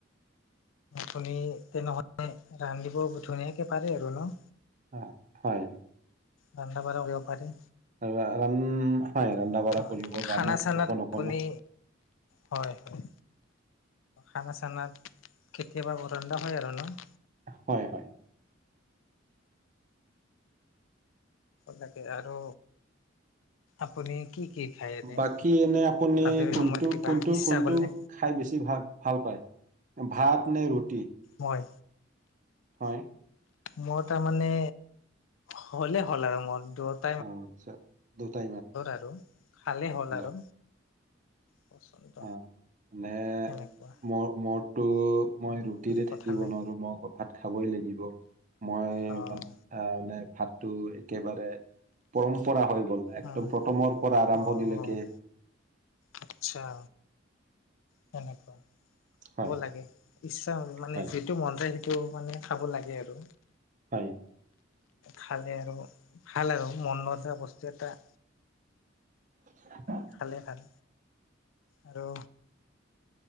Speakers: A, on the left; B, on the right.
A: তেনেহলে ৰান্ধিব ধুনীয়াকে পাৰে আৰু ন?
B: অ হয়
A: ৰন্ধা বঢ়া কৰিব পাৰে
B: ৰান, হয় ৰন্ধা
A: হয়,
B: বঢ়া কৰিব
A: খানা
B: জানো
A: চানাত
B: অকণ অকণ।
A: আপুনি হয় হয়। খানা চানা কেতিয়াবা ৰন্ধা হয় আৰু ন'।
B: হয় হয়।
A: লাগে আৰু আপুনি- কি কি খায়? এনে?
B: বাকী এনে আপুনি
A: আজৰি
B: কোনটো
A: সময়ত কিবা
B: কোনটো
A: ইচ্ছা
B: কোনটো-
A: কৰিলে
B: খাই বেছি ভাল ভাল পায় ভাত নে ৰুটি?
A: মই।
B: হয়
A: মোৰ তাৰমানে হ'লে হ'ল আৰু মোৰ দূৰত-
B: অঁ' আচ্ছা' দুটা
A: আৰু খালেই হ'ল আৰু
B: <unintelligible>
A: পচন্দ
B: অঁ' মানে
A: তেনেকুৱা
B: মোৰ মোৰ - মই ৰুটিৰে
A: বুলি
B: থাকিব
A: কথা নাই।
B: নোৱাৰোঁ, মই ক ভাত খাবই লাগিব। মই-
A: অ'
B: আহ' মানে ভাতটো একেবাৰে- পৰম্পৰা হৈ গ'ল একদম
A: উম,
B: প্ৰথমৰ পৰা আৰম্ভণিলৈকে।
A: অ' আচ্ছা'। সেনেকুৱা,
B: হয়
A: খাব লাগে। ইচ্ছা মানে
B: হয়
A: যিটো মন যায় সেইটো মানে খাব লাগে আৰু।
B: হয়।
A: খালে আৰু ভাল আৰু মন নোযোৱা বস্তু এটা-
B: <unintelligible>
A: নাখালে ভাল আৰু-